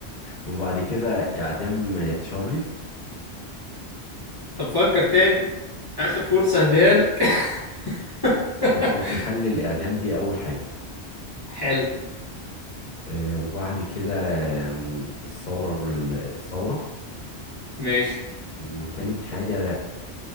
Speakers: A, on the left; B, on the left.
A: وبعد كده إعدام تشارليز
B: طب فكر تاني اخر فرصة هديها لك <laughs>
A: طب خلاص نخلي الإعدام دي أول حاجة
B: حلو
A: آه وبعد كده آم، الثورة الثورة
B: ماشي
A: وتالت حاجة